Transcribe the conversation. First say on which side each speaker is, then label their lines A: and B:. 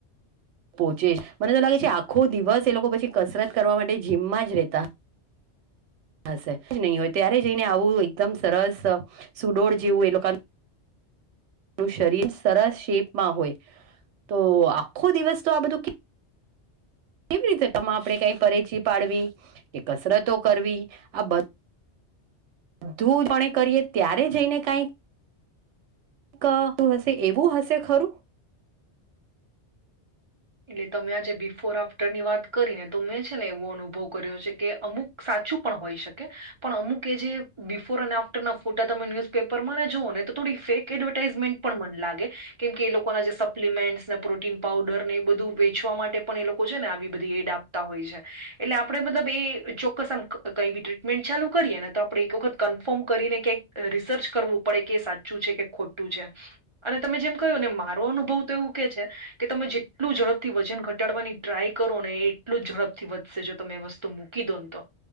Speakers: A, on the right (about 80°); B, on the right (about 35°).
A: પોહચે મને તો લાગે છે, દિવસ લોકો પછી કસરત કરવા માટે જીમમાં જ રેતા. હશે નહીં હોય ત્યારે જઈને આવું એકદમ સરસ સુડોળ જેવુ એ લોકોનું. એમનું શરીર સરસ શેપમાં હોય, તો આખો દિવસતો આ બધું, કેવી રીતે આપણે કઈ પરેચી પાડવી કે કસરતો કરવી આ બંધુ. ધું જોણે કરીએ ત્યારે જઈને કાંઈ ક હું હશે એવું હશે ખરું?
B: એટલે તમે આજે બિફોર આફ્ટરની વાત કરીનેતો મેં છે, ને એવો અનુભવ કર્યો છે, કે અમુક સાચું પણ હોય શકે પણ અમુક એજે બિફોર અને આફ્ટરના ફોટા તમે ન્યૂઝ પેપર માણે જોઓ નેતો થોડી ફેક એડવાટાઇઝમેન્ટ પણ મન લાગે કેમ કેએ લોકોના જે સપ્લીમેન્ટ ને પ્રોટીન પાઉડરને બધું વેચવા માટે પણ એ લોકો છે, ને આવી બધી એડ આપતા હોય છે, એટલે આપડે મતલબ એ ચોક્કસ આમ કંઈ ભી ટ્રીટમેન્ટ ચાલુ કરીએ નેતો આપણે એક વખત કન્ફર્મ કરીને ક્યાંક રિસર્ચ કરવું પડે કે સાચું છે, કે ખોટું છે, અને તમે જેમ કહ્યું ને મારો અનુભવ તો એવું કે છે, કે તમે જે ટલું ઝડપથી વજન ઘટાડવાની ટ્રાય કરોને એટલું ઝડપથી વધશે જો તમે એ વસ્તુ મું કી દોન તો